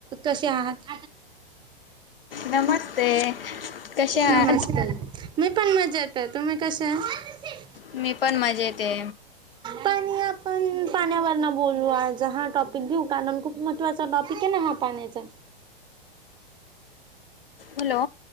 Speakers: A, on the right; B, on the left.
A: कसे आहात
B: नमस्ते कसे आह
A: नमस्कार मी पण मजा येत आहे तुमही कस आहे
B: मी पण मजा येते
A: पाणी आपण पाण्यावर बोललू आज हा टॉप घेऊ का खूप महत्वाचा टॉपिक आहे ना हा पाण्याचा
B: हॅलो